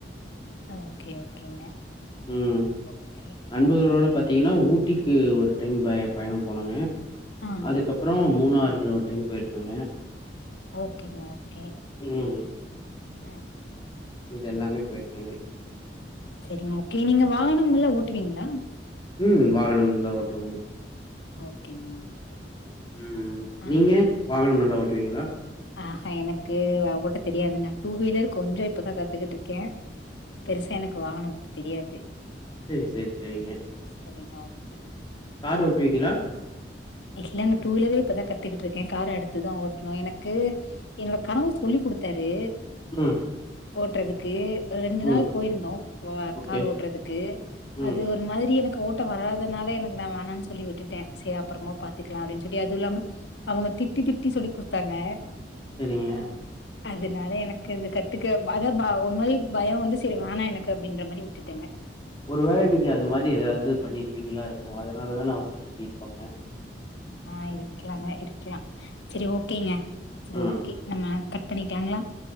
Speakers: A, on the left; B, on the left.
A: அ ஓகே ஓகேங்க
B: ம்
A: ஓகே
B: நண்பர்களோடு பாத்தீங்கன்னா ஊட்டிக்கு ஒரு டைம் பய பயணம் போனோங்க
A: ஆ
B: அதுக்கப்புறோம் மூணாரு ஒரு டைம் போய்ருக்கேங்க
A: ஓகேங்க ஓகே
B: ம்
A: ம்
B: இதெல்லாமே போய்ருக்கேங்க
A: செரிங்க ஓகே நீங்க வாகனமெல்லா ஓட்டுவீங்ளா
B: ம் வாகனம் நல்லா ஓட்டுவேங்க
A: ஓகேங்க ஓகே
B: ம்.
A: ஆ ஆ
B: நீங்க வாகனம் நல்லா ஓட்டுவீங்ளா
A: ஆ ஹா எனக்கு ஓட்ட தெரியாதுங்க டூ வீலர் கொஞ்சோ இப்பதா கத்துக்கிட்ருக்கே பெருசா எனக்கு வாகனோ ஓட்ட தெரியாது
B: செரி செரி செரிங்க
A: செரிங்க ஓகே
B: கார் ஓட்டுவீங்களா
A: இல்லங்க டூ வீலரே இப்பதா கத்துக்கிட்ருக்கே காரு அடுத்துதா ஓட்ணு எனக்கு என்னோட கணவர் சொல்லி குடுத்தாரு
B: ம்
A: ஓட்றதுக்கு ரெண்டு
B: ம்.
A: நாள் போயிருந்தோ க அ
B: ஓகே.
A: கார் ஓட்றதுக்கு
B: ம்.
A: அது ஒ ரு மாதிரி எனக்கு ஓட்ட வராதுனால எனக்கு நா வேணான் சொல்லி விட்டுட்டே செரி அப்பறமா பாத்துக்கலா அப்டின் சொல்லி அதுவு இல்லாம அவுங்க திட்டி திட்டி சொல்லி குடுத்தாங்க
B: செரிங்க
A: அதனால எனக்கு அது கத்துக்க ப அத ப ஒரு மாரி பயோ வந்து செரி வேணா எனக்கு அப்டின்ற மாரி விட் டுட்டேங்க
B: ஒரு வேள நீங்க அது மாரி ஏதாவது பண்ணிருப்பீங்களா இருக்கும் அதனாலதான அவுங்க திட்டி இருப்பாங்க
A: ஆ இருக்கலாங்க இருக்கலா சரி ஓகேங்க சரி
B: ம்,
A: ஓகே நம்ம கட் பண்ணிக்கலாங்களா